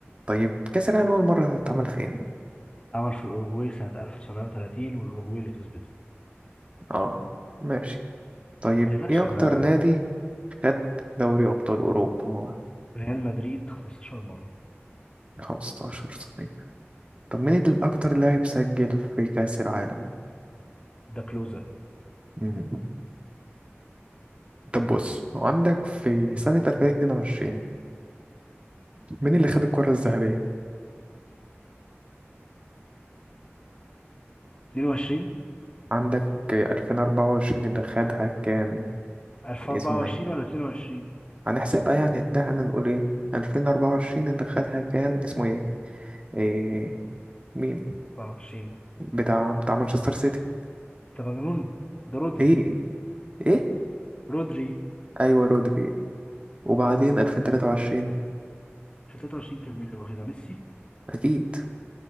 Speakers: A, on the right; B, on the left.
A: طيب كأس العالم أول مرة اتعمل فين
B: عمل في الأوروغواي سنة 1930 والأوروغواي اللي كسبته
A: اه ماشي طيب
B: ما تقلقش
A: ايه اكتر
B: أنا
A: نادي خد دوري أبطال أوروبا
B: ريال مدريد 15 مرة
A: 15 صحيح طب مين الأكتر لاعب سجل في كأس العالم؟
B: ده كلوزة
A: مم. طب بص عندك في سنة 2022 مين اللي خد الكرة الذهبية؟
B: 22
A: عندك 2024 اللي خدها كان
B: 1024
A: اسمه ايه؟
B: ولا 22
A: هنحسبها يعني ان احنا نقول ايه؟ 2024 اللي خدها كان اسمه ايه؟ إيه مين؟
B: 24
A: بتاع بتاع مانشستر سيتي
B: أنت مجنون ده رودري
A: ايه؟ ايه؟
B: رودري
A: ايوه رودري وبعدين 2023
B: في 23 كان مين اللي واخدها ميسي
A: اكيد